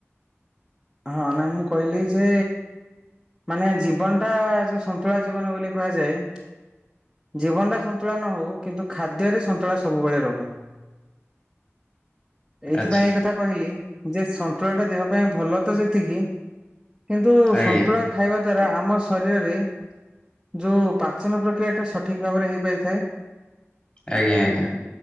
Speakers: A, in the centre; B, on the left.
A: ହଁ ନାଇଁ ମୁଁ କହିଲି ଯେ ମାନେ ଜୀବନ ଟା ଯୋଉ ସନ୍ତୁଳା ଜୀବନ ବୋଲି କୁହାଯାଏ। ଜୀବନଟା ସନ୍ତୁଳା ନ ହଉ କିନ୍ତୁ ଖାଦ୍ୟରେ ସନ୍ତୁଳା ସବୁବେଳେ ରହୁ। ଏଇଥିପାଇଁ
B: ଆଚ୍ଛା
A: ଏ କଥା କହିଲି ଯେ ସନ୍ତୁଳା ଟା ଦେହ ପାଇଁ ଭଲ ତ ଯେତିକି କିନ୍ତୁ
B: ଆଜ୍ଞା
A: ସନ୍ତୁଳା ଖାଇବା ଦ୍ଵାରା ଆମ ଶରୀରରେ ଯୋଉ ପାଚନ ପ୍ରକ୍ରିୟା ଟା ସଠିକ ଭାବରେ ହେଇପାରିଥାଏ।
B: ଆଜ୍ଞା ଆଜ୍ଞା।